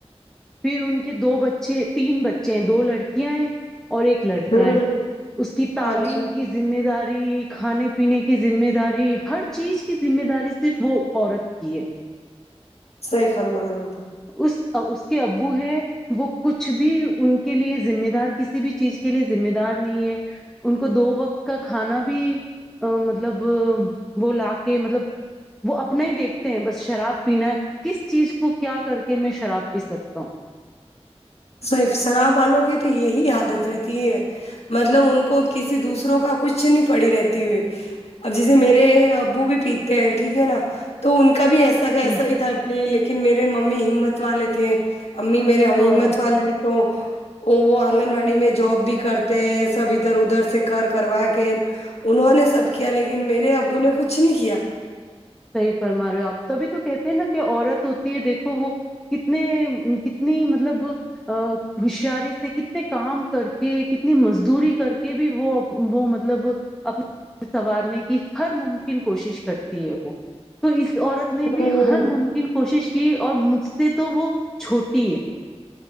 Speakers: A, in the centre; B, on the left.
A: پھر ان کے دو بچے تین بچے ہیں دو لڑکیاں ہیں اور ایک لڑکا
B: ہوں
A: ہے اس کی تعلیم
B: اچھا
A: کی ذمہ داری کھانے پینے کی ذمہ داری ہر چیز کی ذمے داری صرف وہ عورت کی ہے
B: صحیح فرما رہے ہو
A: اس اس کے ابو ہے وہ کچھ بھی ان کے لیے ذمہ دار کسی بھی چیز کے لیے ذمہ دار نہیں ہے ان کو دو وقت کا کھانا بھی ا مطلب وہ لا کے مطلب وہ اپنا ہی دیکھتے ہیں بس شراب پینا کس چیز کو کیا کر کہ میں شراب پی سکتا ہوں
B: صرف شراب والوں کی تو یہی عادت رہتی ہے مطلب ان کو کسی دوسروں کا کچھ نہیں پڑی رہتی ہوئی اب جسے میرے ابو بھی پیتے ہیں ٹھیک ہے نا تو ان کا بھی ایسا س ایسا
A: ہ
B: ہی تھا لیکن میرے ممی ہمت والے تھے امی میرے ہمت
A: ہاں
B: والے تو وہ آنگن واڑی میں جاب بھی کرتے ہیں سب ادھر ادھر سے کر کروا کے انہوں نے سب کیا لیکن میرے ابو نے کچھ نہیں کیا
A: صحیح فرما رہے ہو آپ تبھی تو کہتے ہیں نا کہ عورت ہوتی ہے دیکھو وہ کتنے کتنی مطلب ا ہوشیاری سے کتنے کام کر کے کتنی مزدوری کر کے بھی وہ وہ مطلب اپنے سنوارنے کی ہر ممکن کوشش کرتی ہے وہ تو اس عورت نے بھی
B: ہوں
A: ہر ممکن کوشش کی اور مجھ سے تو وہ چھوٹی ہے